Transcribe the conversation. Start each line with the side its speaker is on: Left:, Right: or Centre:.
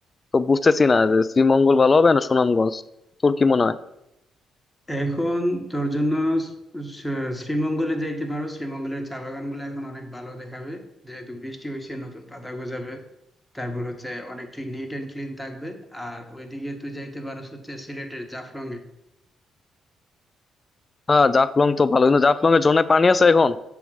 Left: তো বুঝতেছি না যে শ্রীমঙ্গল ভালো হবে না সুনামগঞ্জ তোর কি মনে হয়
Centre: এখন তোর জন্য শ- শ্রীমঙ্গলে যাইতে পারো শ্রীমঙ্গলের চা বাগানগুলো এখন অনেক ভালো দেখাবে যেহেতু বৃষ্টি হয়েছে নতুন পাতা গজাবে তারপর হচ্ছে অনেক ক্লিন, নিট এন্ড ক্লিন থাকবে আর ওইদিকে তুই যাইতে পারো হচ্ছে সিলেটের জাফলং
Left: হ্যাঁ জাফলং তো ভালো কিন্তু জাফলং এর ঝর্ণায় পানি আছে এখন